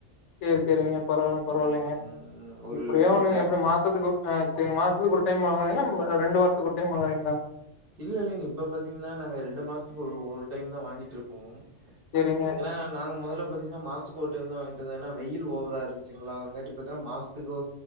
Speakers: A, on the left; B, on the right.
A: செரி செரிங்க பரவா பரவால்லிங்க
B: ம் ம் ம் ஒரு
A: எப்டியோ ஒண்ணுங்க
B: ஒரு டிராக்டர்
A: எப்டி மாசத்துக்கு ஆ செரி மாசத்துக்கு ஒரு டைம் வாங்குறீங்களா ரெண்டு வாரத்துக்கு ஒரு டைம் வாங்குறீங்களா
B: இல்ல இல்லைங்க இப்ப பாத்தீங்னா நாங்க ரெண்டு மாசத்துக்கு ஒரு டைம் தா வாங்கிட்டுருக்கோம்
A: சேரிங்க
B: ஏனா நாங்க மொதல்ல பாத்தீங்கனா மாசத்துக்கு ஓர் டைம் தா வாங்கிட்டு ஏனா வெயில் ஓவரா இருந்துசுங்களா அதுங்காட்டி பாத்த மாசத்துக்கு